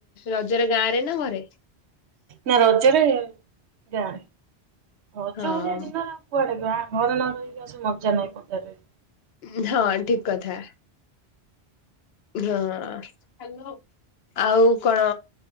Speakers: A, on the left (about 70°); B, on the right (about 85°).
A: ରଜରେ ଗାଁରେ ନା ଘରେ?
B: ନା ରଜରେ ଗାଁ ରେ ରଜ
A: ହଁ
B: ଭଳିଆ ଦିନ କୁଆଡେ ଗାଁ ଘରେ ନରହିକି ଆଉ ସେ ମଜା ନାହିଁ ପଦାରେ।
A: ଉଁ ହଁ ଠିକ୍ କଥା। ହଁ। ହାଲୋ ଆଉ କଣ